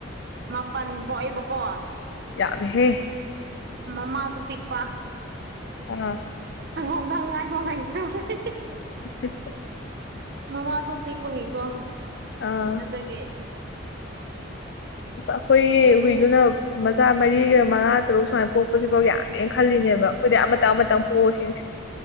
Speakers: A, on the right; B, on the left.
A: ꯃꯄꯜ ꯄꯣꯛꯏꯕꯀꯣ
B: ꯌꯥꯝꯃꯦꯍꯦ
A: ꯃꯃ ꯄꯄꯤꯤ ꯄꯥ
B: ꯎ
A: ꯁꯪꯒꯣꯝꯗꯪ ꯅꯨꯡꯉꯥꯏꯐꯥꯎ ꯂꯩꯒꯗꯧꯔꯗꯤ
B: <unintelligible>
A: ꯃꯃꯥꯁꯨ ꯄꯤꯛꯄꯒꯤꯀꯣ
B: ꯑꯥ
A: ꯑꯗꯒꯤ
B: ꯑ ꯑꯩꯈꯣꯏꯒꯤ ꯍꯨꯏꯗꯨꯅ ꯃꯆꯥ ꯃꯔꯤꯒ ꯃꯉꯥ ꯇꯔꯨꯛ ꯁꯨꯃꯥꯏꯅ ꯄꯣꯛ ꯄꯁꯤꯛꯐꯥꯎ ꯌꯥꯝ ꯌꯦꯅ ꯈꯜꯂꯤꯅꯦꯕ ꯑꯩꯈꯣꯏꯗꯤ ꯑꯃꯇꯪ ꯑꯃꯇꯪ ꯄꯣꯛꯑꯁꯤꯅꯦ